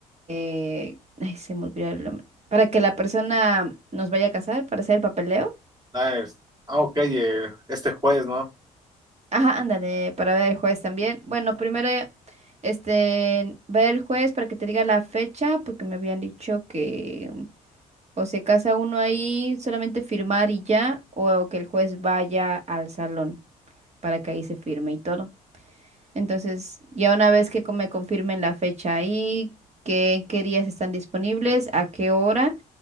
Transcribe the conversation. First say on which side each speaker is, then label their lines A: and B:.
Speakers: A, on the right (about 40°); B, on the right (about 25°).
A: eh, ay, se me olvidó el nombre, para que la persona nos vaya a casar, para hacer el papeleo.
B: Ah, es- ah, ok, eh, este jueves, ¿no?
A: Ajá, ándale, para ver el juez también. Bueno, primero, este, ver el juez para que te diga la fecha, porque me habían dicho que O se casa uno ahí, solamente firmar y ya, o que el juez vaya al salón para que ahí se firme y todo. Entonces, ya una vez que co- me confirmen la fecha ahí, qué, qué días están disponibles, a qué hora,